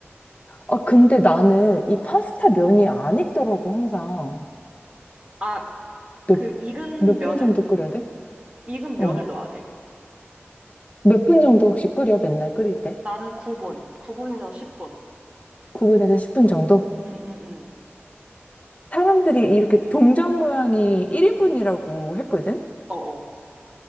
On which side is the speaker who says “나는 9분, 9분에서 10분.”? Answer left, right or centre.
Right